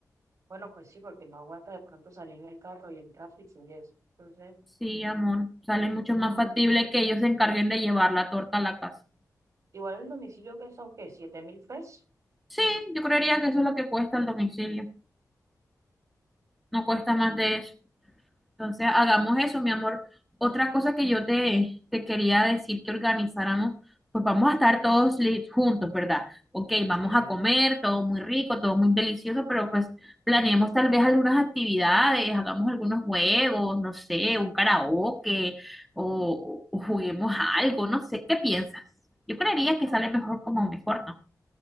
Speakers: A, on the right; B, in the centre.
A: Bueno, pues sí, porque no aguanta de pronto salir en el carro y el tráfico y eso. Entonces,
B: Sí, amor. Sale mucho
A: mm,
B: más factible que ellos se encarguen de llevar la torta a la casa.
A: igual el domicilio que son, ¿qué? ¿Siete mil pesos?
B: Sí, yo creería que eso es lo que cuesta el domicilio, no cuesta más de eso. Entonces, hagamos eso, mi amor. Otra cosa que yo te, te quería decir que organizáramos, pues vamos a estar todos li- juntos, ¿verdad? Ok, vamos
A: Sí,
B: a comer, todo muy rico, todo muy delicioso, pero pues planeemos tal vez algunas actividades, hagamos algunos juegos, no sé, un karaoke o, o juguemos algo, no sé, ¿qué piensas? Yo creería que
A: vamos,
B: sale mejor como mejor, ¿no?